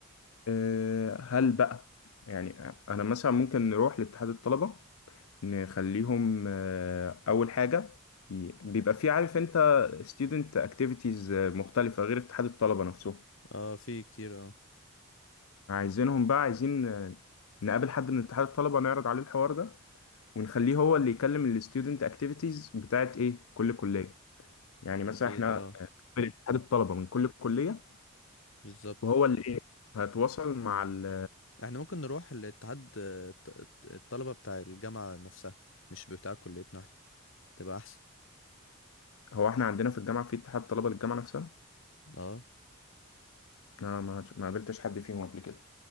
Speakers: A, on the left; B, on the left.
A: آه، هل بقى يعني انا مثلا ممكن نروح لاتحاد الطلبة نخليهم آه، اول حاجه ي- بيبقى في عارف انت student activities آه، مختلفه غير اتحاد الطلبه نفسهم
B: اه في كتير اه
A: عايزينهم بقى عايزين آه، نقابل حد من اتحاد الطلبه نعرض عليه الحوار ده ونخليه هو اللي يكلم ال student activities بتاعت ايه كل كليه يعني مثلا
B: أكيد
A: احنا
B: اه
A: نقابل اتحاد الطلبه من كل كليه
B: بالظبط
A: وهو اللي ايه هتواصل مع ال
B: احنا ممكن نروح لاتحاد آه، الط- الط- الطلبة بتاع الجامعة نفسها مش بتاع كليتنا احنا تبقى أحسن
A: هو احنا عندنا في الجامعه في اتحاد طلبه للجامعه نفسها
B: اه
A: انا ما ما قابلتش حد فيهم قبل كده